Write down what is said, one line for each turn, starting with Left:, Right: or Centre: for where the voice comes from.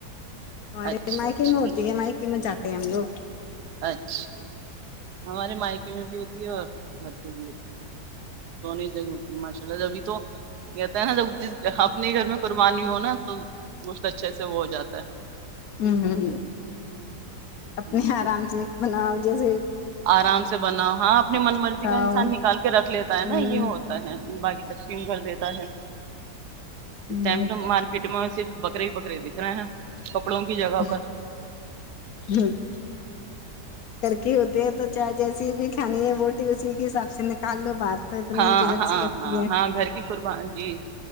Left: ارے
Right: اچھا
Left: مائکی
Right: اچھا
Left: میں
Right: نہیں
Left: ہوتی ہے مائکی میں جات ہم لوگ
Right: اچھا ہمارے مائک بھی ہوتی ہے اور گھر پہ بھی ہوتی ہے دونوں جگہ ہوتی ماشاء اللہ جبھی تو کہتا ہے نا جب ج اپنے گھر میں قربانی ہوناا تو گوشت اچھے سے وہ ہو جاتا ہے
Left: ہوں <unintelligible>
Right: ہے
Left: اپنے آرام سے بناؤ جی <unintelligible>
Right: آرام سے بناؤ ہاں اپنی من مرضی
Left: کھاؤ
Right: کا انسان نکال کے رکھ لیتا ہے
Left: ہ
Right: نا یہ ہوتا ہے باقی تقسیم کر دیتا ہے اس
Left: ہ
Right: ٹائم تو مارکیٹ میں صف بکرے ہی بکرے دکھ رہے ہیں کپڑوں کی جگہ
Left: ج جی <unintelligible>
Right: پر
Left: گرکی ہوتی ہے تو چائے جیسی بھی کھانی ہے روٹی اسی کے حساب سے نکال لو باہر تو اتنی
Right: ہاں
Left: جھجک
Right: ہاں
Left: سی لگتی
Right: ہاں
Left: ہے
Right: ہاں گھر کی قربان جی